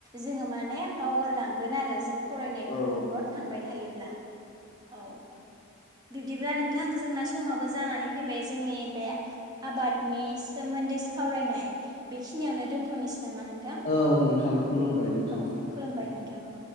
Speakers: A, on the right; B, on the left.
A: जोङो माने बावगारलांगोन आरो जों फराय नायजोंल'
B: औ नंगौ
A: थांबाय थायोब्ला औ बिब्दिब्ला नोंथां जोंना समाबो जानानै फैबाय जोंनि बे आबादनि सोमोन्दै सावरायनाय बेखिनियावनो दोन थ'निसै नामा नोंथां
B: औ नोंथां खुलुमबाय नोंथां
A: औ खुलुमबाय नोंथां औ